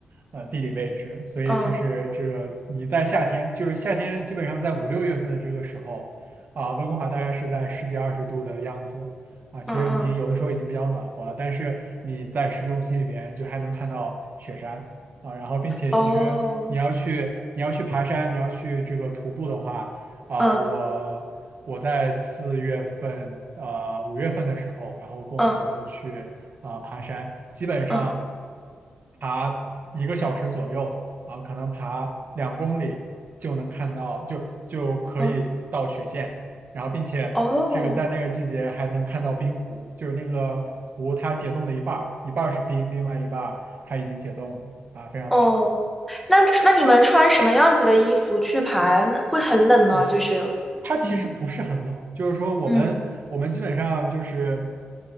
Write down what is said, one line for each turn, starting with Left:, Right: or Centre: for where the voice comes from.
Right: 呃地理位置，所以其实这个你在夏天，
Centre: 嗯
Right: 就是夏天基本上在五六月份的这个时候啊，温哥华大概是在十几二十度的样子啊，其实已经有的时候已经比较暖和了，
Centre: 嗯嗯，
Right: 但是你在市中心里边就还能看到雪山啊，然后并且其实你要去你要去爬山，
Centre: 哦，
Right: 你要去这个徒步的话啊，
Centre: 嗯
Right: 我。我在四月份，呃，五月份的时候，然后跟我朋友去啊、
Centre: 嗯
Right: 爬山，基本上
Centre: 嗯
Right: 爬一个小时左右啊、可能爬两公里就能看到，就就可以到雪线，
Centre: 嗯。
Right: 然后并且这个在那个季节还能看到冰湖，
Centre: 哦
Right: 就是那个湖它解冻了一半儿，一半儿是冰，另外一半儿它已经解冻了啊、非常美。
Centre: 哦，那那你们穿什么样子的衣服去爬？会很冷吗？
Right: 啊，
Centre: 就是，
Right: 它其实不是很冷，
Centre: 嗯
Right: 就是说我们我们基本上就是
Centre: 嗯